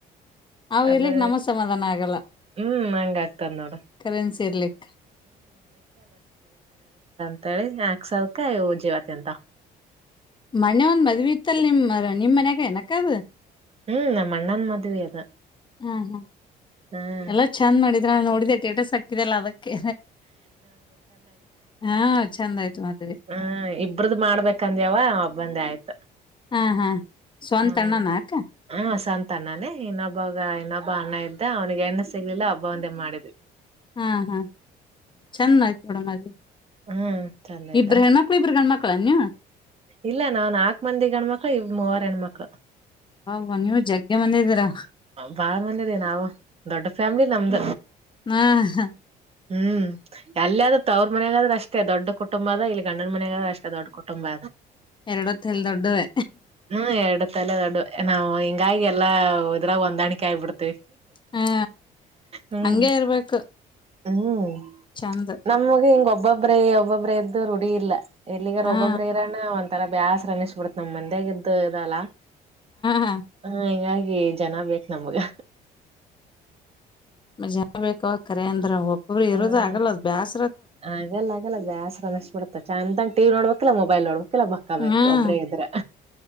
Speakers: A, on the left (about 30°); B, on the right (about 35°).
A: ಅವು
B: ಅದು
A: ಇರ್ಲಿಕ್ ನಮ್ಮ ಸಮಾಧಾನ ಆಗಲ್ಲ
B: ಹ್ಮ್ ಹಂಗ ಆಗ್ತದ ನೋಡ
A: ಕರೆನ್ಸಿ ಇರ್ಲಿಕ್
B: ಅಂತೇಳ ಹೇಳಿ ಯಾಕ್ಸಲ್ಕ ಜೀವತಿ ಅಂತ
A: ಮನೆೆ ಒಂದ ಮದ್ವಿ ಇತ್ತಲ್ ನಿಮ್ ನಿಮ್ ಮನ್ಯಾಗ ಏನಕದ
B: ಹ್ಮ್ ನಮ್ಮ ಅಣ್ಣನ್ ಮಾದುವ ಅದ
A: ಹ್ಮ್ ಹ್ಮ್
B: ಹ್ಮ್
A: ಎಲ್ಲಾ ಚಂದ್ ಮಾಡಿದ್ರೆ ನಾ ನೋಡಿದೆೆ ಟೇಟಾಸ್ ಲ್ಲ ಅದಕ್ಕೆ ಹಾ ಚಂದ ಆಯ್ತು ಮದ್ವಿ
B: ಹ್ಮ ಇಬ್ರದು ಮಾಡ್ಬೇಕಕ್ಂದ್ಯಾವ ಒಬ್ಬಂದೇ ಆಯ್ತು
A: ಹಾ ಹಾ ಸ್ವಂತ
B: ಹ್ಮ
A: ಅಣ್ಣನ ಅಕ್ಕ
B: ಹ ಸಂತ ನಾನೇ ಇನ್ನೊಬ್ಬಾಗ ಇನ್ನೊಬ್ಬ ಅಣ್ಣ ಅಂತ ಅವನಿಗೆ ಎಣ್ಣ ಸಿಗ್ಲಿಲ್ಲ ಹಬ್ಬ ಒಂದೇ ಮಾಡಿದ
A: ಹಾ ಹಾ ಚೆಂದ ಆಯ್ತ ನೋಡ ಮದ
B: ಹ್ಮ್ ಚಂದ ಆಯ್ತಾ
A: ಇಬ್ರ ಹೆಣ್ಮಕ್ಳು ಇಬರು ಹೆಣ್ಮಕ್ಳ ನೀವ
B: ಇಲ್ಲ ನಾ ನಾಕ್ ಮಂದಿ ಗಣ್ಮಕ್ಕ ಇ ಮೂವರು ಹೆಣ್ಮಕ್ಕ
A: ಹ್ವ ನೀವು ಜಗ್ಗೆ ಮಂದಿದ್ದೀರಾ
B: ಬಾಳ್ ಮನಿದೆ ನಾವು ದೊಡ್ಡ ಫ್ಯಾಮಿಲಿ ನಮ್ದ
A: ಹ್ಮ ಹ
B: ಹ್ಮ್ ಎಲ್ಲ ಆದ್ರ ಅವ್ರ ಮಯಾಗಾದ್ರ ಅಷ್ಟೇ ದೊಡ್ಡ ಕುಟುಂಬ ಅದ ಇಲ್ಲಿ ಗಂಡನ ಮನಯಾಗಾದ್ರ ಅಷ್ಟೇ ದೊಡ್ಡ ಕುಟ ಒಂಬ
A: ಎರಡೊತ್ತಲ್ ದೊಡ್ಡವೆ
B: ಹ್ಮ ಎರಡು ತಲೆ ದೊಡ್ಡು ನಾವು ಹಿಂಗಾಗಿ ಎಲ್ಲ ಅ್ರ ಒಂದಾಣಿಕ ಆಯಬಡತ
A: ಹಾ
B: ಹ್ಮ್
A: ಹಂಗೆ ಇರ್ಬೇಕು
B: ಹ್ಮ್
A: ಚಂದ
B: ನಮ್ಮಗೆ ಹಿಂಗೊಬ್ಬ ಒಬ್ಬ್ರೇ ಒಬ್ಬೊಬ್ರೆ ಎಂದು ರುಡಿಿಯ ಇಲ್ಲ ಇಲ್ಲಿಗಾರ
A: ಹಾ
B: ಒಬ್ಬೊಬ್ರ ಒಥರಾ ಬ್ಯಾಸ್ರ ಅನ್ನಿಸಬಿಡ್ತ ನಮ್ ಮಂದಾಗ ಇದ್ದು ಇದಲ್ಲ
A: ಹಾ
B: ಹ ಜನ ಬೇಕು ನಮ್ಗ
A: ಮಜಾ ಬೇಕ ಕರೆ ಅಂದ್ರ ಒಬ್ಬೊಬ್ರು ಇರದ
B: ಹ್ಮ್
A: ಆಗಲ್ಲ ಬ್ಯಾಸ್
B: ಆಗಲ್ಲ ಆಗಲ್ಲ ಬ್ಯಾಸ್ರಷ್ಟ ಬಿಡ್ತ ಚಂದಂಗ ಟಿ ನೋಡ್ಬೇಕಲ್ಲಾ ಮೊಬೈಲ್ ನೋಡ್ಬೇಕಕ್ ಮಕ್ಕಳ ಬಕ್ಕಬೇಕು
A: ಹ್ಮ್
B: ಒಬ್ಬ್ರೇ ಇದ್ರ